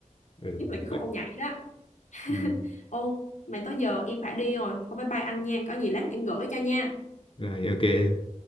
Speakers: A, on the left; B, on the left.
A: ừ,
B: nhất là cái
A: vậy.
B: khúc ông nhảy đó <laughs>
A: ừ.
B: ô mày tới giờ em phải đi rồi thôi bye bye anh nha có gì lát em gửi cho nha
A: Rồi ok. em.